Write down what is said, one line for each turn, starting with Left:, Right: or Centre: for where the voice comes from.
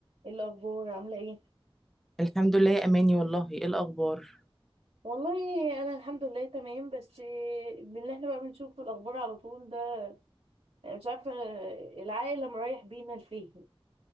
Right: ايه الاخبار عامله ايه
Centre: الحمد لله يا اماني والله ايه الاخبار
Right: والله انا الحمد لله تمام بس إيه، من اللي احنا بقى بنشوفه الاخبار على طول ده أنا مش عارفه العالم رايح بينا لفين